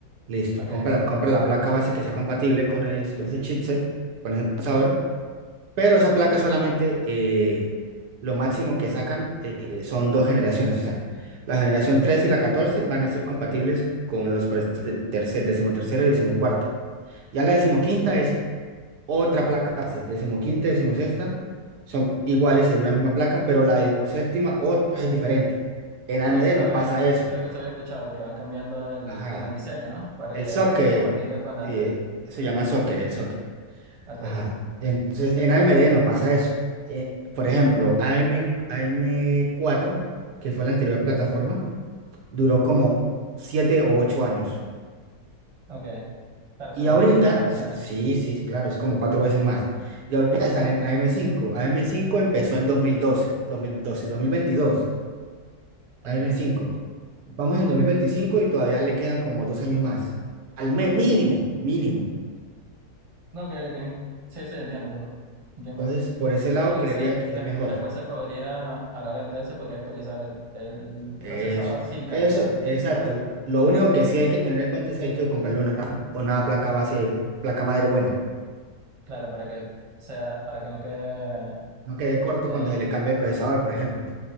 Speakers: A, on the right (about 80°); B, on the right (about 30°).
A: Listo,
B: ok,
A: compra, compra la placa base que sea compatible con, es- con ese chipset, con ese procesador, pero esa placa solamente eh, lo máximo que sacan eh, son dos generaciones, o sea, la generación tres y la 14 van a ser compatibles con los procesadores de terce- decimotercera y decimocuarta. Ya la decimoquinta
B: ok.
A: es otra placa base, decimoquinta y decimosexta, son iguales en una misma placa, pero la decimoséptima otra es diferente. En AMD
B: Sí, eso había,
A: no pasa eso.
B: creo que eso había escuchado, que van cambiando el,
A: Ajá.
B: como el diseño, ¿no? Para
A: El
B: que
A: socket,
B: deje de ser compatible con la
A: sí,
B: anterior.
A: se llama socket, el socket.
B: Ok,
A: Ajá.
B: sí.
A: Entonces, en AMD no pasa eso. Eh, por ejemplo, AM, am cuatro que fue la anterior plataforma, duró como 7 o 8 años.
B: Ok. Claro,
A: Y
B: son
A: ahorita,
B: muchas más generaciones.
A: s- sí, sí, claro, es como cuatro veces más. Y ahorita están en AM5. AM5 empezó en 2012, 2012, 2022, AM5.
B: Ok.
A: Vamos en 2025 y todavía le quedan como dos años más. Al mes, mínimo, mínimo.
B: No, ok, ok. Sí, sí, entiendo, entiendo. Entiendo.
A: Entonces, por ese lado,
B: Claro,
A: creería
B: entonces
A: que
B: de-
A: es mejor.
B: después se podría, a la hora del test, se podría actualizar el, el
A: Eso,
B: procesador sin cambiar
A: eso,
B: el-
A: exacto.
B: la placa.
A: Lo único que sí hay que tener en cuenta es que hay que comprarle una, una placa base, placa madre buena.
B: Claro, para que sea, para que no quede.
A: No quede corto
B: eh,
A: cuando se le cambie el procesador, por ejemplo.